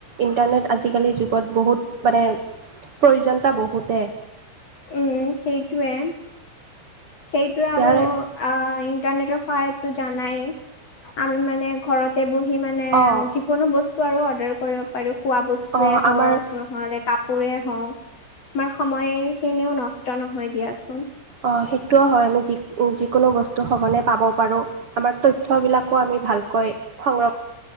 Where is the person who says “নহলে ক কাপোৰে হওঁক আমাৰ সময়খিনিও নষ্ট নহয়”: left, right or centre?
Left